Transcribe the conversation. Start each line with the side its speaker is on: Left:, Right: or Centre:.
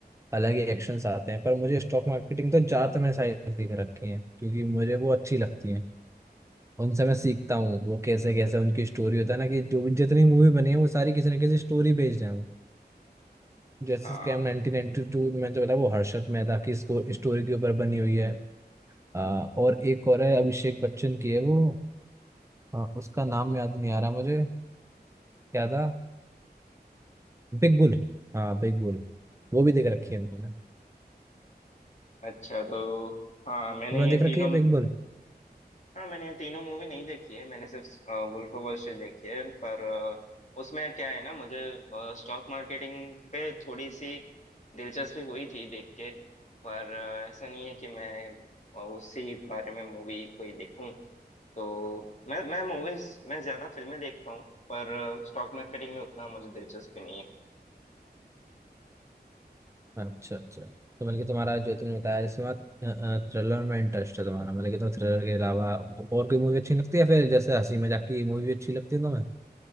Right: अलग ही एक्शंस आते हैं पर मुझे स्टॉक मार्केटिंग तो ज़्यादातर मैंने सारी देख रखी है क्योंकि मुझे वो अच्छी लगती है उनसे मैं सीखता हूँ वो कैसे कैसे उनकी स्टोरी होता है ना कि जो भी जितनी मूवी बनी है वो सारी किसी ना किसी स्टोरी बेस्ड है जैसे
Left: है
Right: स्कैम 1992 मैंने तो बताया वो हर्षद मेहता की स्टोरी के ऊपर बनी हुई है आ, और एक और है अभिषेक बच्चन की है वो आ, उसका नाम याद नहीं आ रहा मुझे क्या था Big Bull हाँ बिग बुल वो भी देख रखी है मैंने
Left: अच्छा तो हाँ मैंने
Right: तुमने देख
Left: ये तीनों
Right: रखी है पिंक
Left: हाँ मैंने ये तीनों मूवी नहीं देखी है मैंने सिर्फ वुल्फ ऑफ वॉल स्ट्रीट देखी है पर अ, उसमें क्या है ना मुझे स्टॉक मार्केटिंग पे थोड़ी सी दिलचस्पी हुई थी देख के पर अ, ऐसा नहीं है कि मैं अ, उसी बारे में मूवी कोई देखूं तो मैं मैं मूवीज मैं ज्यादा फिल्में देखता हूँ पर स्टॉक मार्केटिंग में उतना मुझे दिलचस्पी नहीं है
Right: अच्छा अच्छा तो मतलब कि तुम्हारा जो तुमने बताया जैसे तुम्हारा थ्रिलर में इंटरेस्ट है तुम्हारा मतलब कि तुम्हें थ्रिलर के अलावा और कोई मूवी अच्छी लगती है फिर जैसे हंसी मजाक की मूवी अच्छी लगती है तुम्हें